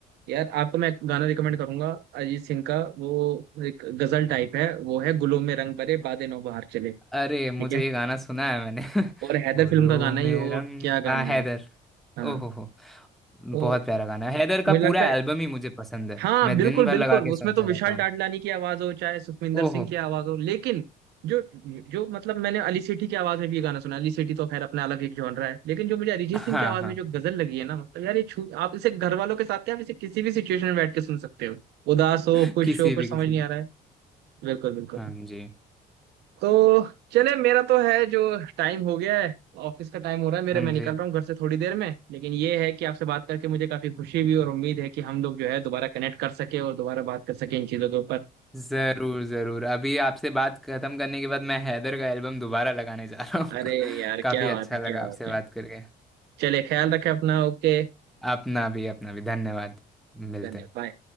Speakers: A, on the right; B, in the centre.
A: यार आपको मैं एक गाना रिकमेंड करूंगा अरिजीत सिंह का वो एक गजल टाइप है वो है गुलों में रंग भरे
B: Okay.
A: बादे नौबहार चले
B: अरे
A: ठीक
B: मुझे
A: है
B: ये गाना सुना है मैंने <laughs>
A: और हैदर
B: गुलों
A: फिल्म का गाना
B: में
A: ही और
B: रंग
A: क्या
B: हाँ
A: गाना
B: हैदर
A: है हाँ
B: ओहो हो
A: तो
B: बहुत प्यारा गाना है हैदर का
A: मुझे
B: पूरा
A: लगता है
B: एल्बम ही मुझे पसंद है
A: हाँ
B: मैं
A: बिल्कुल
B: दिन भर
A: बिल्कुल
B: लगा के
A: उसमें
B: सुनते
A: तो विशाल
B: रहता हूँ
A: डडलानी की आवाज हो चाहे सुखविंदर
B: ओहो
A: सिंह की आवाज हो लेकिन जो जो मतलब मैंने अली सेठी की आवाज में भी ये गाना सुना अली सेठी तो खैर अपना अलग एक जॉनरा है लेकिन जो मुझे अरिजीत
B: हाँ
A: सिंह की आवाज
B: हाँ
A: में जो गजल लगी है ना मतलब यार ये छू आप इसे घर वालों के साथ क्या आप इसे किसी भी सिचुएशन में बैठ के सुन सकते हो उदास हो
B: <laughs>
A: खुश
B: किसी
A: हो कुछ
B: भी
A: समझ
B: किसी
A: नहीं आ रहा है बिल्कुल बिल्कुल
B: हाँ जी
A: तो चले मेरा तो है जो टाइम हो गया है ऑफिस का टाइम हो रहा है मेरे
B: हाँ
A: मैं निकल
B: जी
A: रहा हूँ घर से थोड़ी देर में लेकिन ये है कि आपसे बात करके मुझे काफी खुशी भी और उम्मीद है कि हम लोग जो है दोबारा कनेक्ट कर सके और दोबारा बात कर सके इन चीजों के ऊपर
B: जरूर जरूर अभी आपसे बात खत्म करने के बाद मैं हैदर का एल्बम दोबारा लगाने जा रहा हूँ
A: अरे यार
B: <laughs>
A: क्या
B: काफी
A: बात
B: अच्छा
A: है क्या
B: लगा
A: बात
B: आपसे बात
A: है
B: करके
A: चले ख्याल रखें अपना ओके
B: अपना भी अपना भी धन्यवाद मिलते
A: धन्यवाद
B: हैं
A: bye.